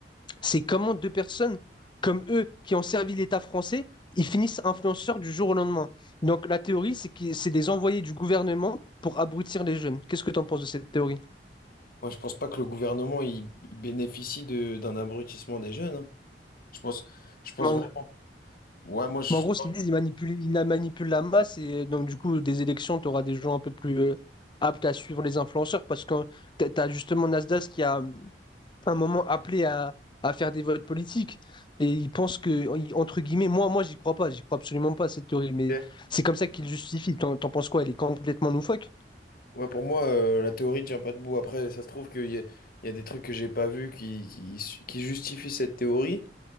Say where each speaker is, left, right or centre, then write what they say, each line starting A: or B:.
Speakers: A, on the left; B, on the left.
A: C'est comment deux personnes comme eux qui ont servi l'État français, ils finissent influenceurs du jour au lendemain. Donc la théorie, c'est que c'est des envoyés du gouvernement pour abrutir les jeunes. Qu'est-ce que tu en penses de cette théorie?
B: Moi, je pense pas que le gouvernement il, il bénéficie de d'un abrutissement des jeunes. hein. Je pense, je pense
A: Mais en,
B: vraiment. Ouais, moi, je.
A: mais en gros, ce qu'ils disent, ils manipulent, ils la manipulent la masse et donc du coup, des élections, tu auras des gens un peu plus euh, aptes à suivre les influenceurs parce que tu as justement Nasdaq qui a un moment appelé à, à faire des votes politiques. Et ils pensent que, entre guillemets, moi, moi, j'y crois pas, j'y crois absolument pas à cette théorie,
B: Ok.
A: mais c'est comme ça qu'ils justifient. T'en, t'en penses quoi? Elle est complètement loufoque?
B: Ouais, pour moi, euh, la théorie tient pas debout. Après, ça se trouve qu'il y a, il y a des trucs que j'ai pas vus qui, qui, qui justifient cette théorie.